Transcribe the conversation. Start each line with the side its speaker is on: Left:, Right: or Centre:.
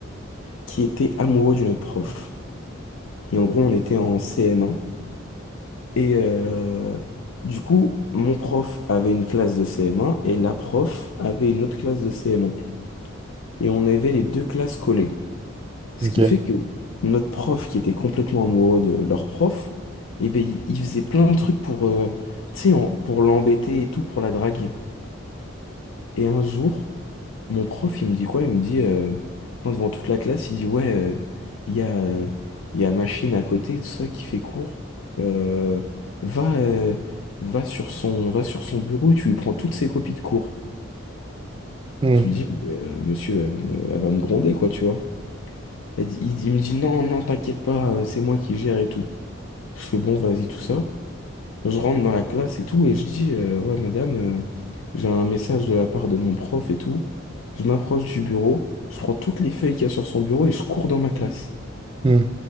Left: qui était amoureux d'une autre prof. Et en gros, on était en CM1. Et euh, du coup, mon prof avait une classe de CM1 et la prof avait une autre classe de CM1. Et on avait les deux classes collées. Ce
Right: Ok.
Left: qui fait que notre prof, qui était complètement amoureux de leur prof, eh ben, il il faisait plein de trucs pour, euh, tu sais, en- pour l'embêter et tout, pour la draguer. Et un jour, mon prof, il me dit quoi? Il me dit, euh, enfin, devant toute la classe, il dit, ouais, euh, il y a, euh, il y a machine à côté, tout ça qui fait cours. Euh, va, euh, va sur son, va sur son bureau et tu lui prends toutes ses copies de cours.
Right: Hmm,
Left: Je lui dis, Mais, euh, monsieur, elle va me, elle va me gronder, quoi, tu vois. Elle dit- il dit, il me dit, non, non, t'inquiète pas, euh, c'est moi qui gère et tout. Je fais, bon, vas-y, tout ça. Je rentre dans la classe et tout, et je dis, euh, ouais, madame, euh, j'ai un message de la part de mon prof et tout. Je m'approche du bureau, je prends toutes les feuilles qu'il y a sur son bureau et je cours dans ma classe.
Right: hmm.